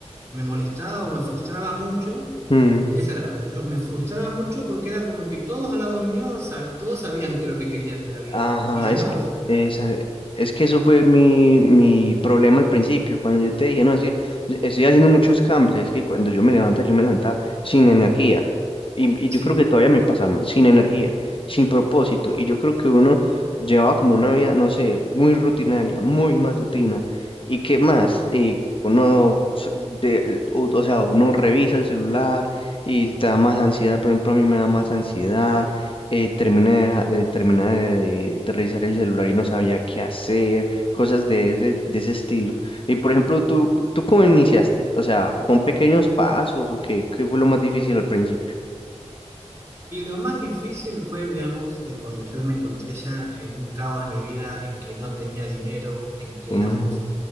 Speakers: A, on the right (about 25°); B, on the left (about 50°).
A: me molestaba o me frustraba mucho,
B: mm.
A: esa es la palabra, yo me frustraba mucho porque era como que todos al lado mío, sab- todos sabían qué es lo que querían de la vida
B: Ajá,
A: y y yo
B: es
A: no.
B: que,
A: <laughs>
B: esa- es que eso fue mi, mi problema al principio, cuando yo te dije, no, es que estoy haciendo muchos cambios, es que cuando yo me levanta, yo me levanta sin energía, y, y yo
A: Sí.
B: creo que todavía me pasa sin energía, sin propósito, y yo creo que uno llevaba como una vida, no sé, muy rutinaria, muy matutina, y qué más, Eh, uno, s- de, o, o sea, uno revisa el celular y te da más ansiedad, por ejemplo, a mí me da más ansiedad eh, termina de, deja- de- termina de, de- de revisar el celular y no sabía qué hacer, cosas de ese, de ese estilo. Y por ejemplo, ¿tú, tú cómo iniciaste? O sea, ¿con pequeños pasos o qué, qué fue lo más difícil al principio?
A: Y lo más difícil fue, digamos, eh, cuando yo me encontré ya en un caos en mi vida, en que no tenía dinero, en que,
B: Mm,
A: digamos,